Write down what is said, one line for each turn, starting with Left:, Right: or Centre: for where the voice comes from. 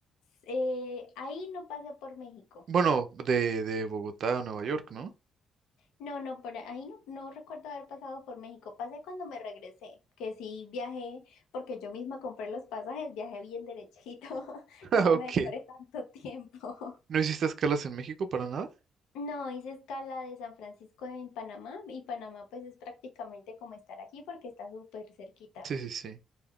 Left: Eh, ahí no pasé por México.
Right: Bueno, de, de Bogotá a Nueva York, ¿no?
Left: No, no, por ahí no, no recuerdo haber pasado por México. Pasé cuando me regresé, que sí viajé, porque yo misma compré los pasajes, viajé bien derechito <laughs>
Right: <laughs>
Left: y
Right: Ah,
Left: no me
Right: Ok.
Left: demoré tanto tiempo. <laughs>
Right: ¿No hiciste escalas en México para nada?
Left: No, hice escala de San Francisco en Panamá y Panamá pues es prácticamente como estar aquí porque está súper cerquita.
Right: Sí, sí, sí.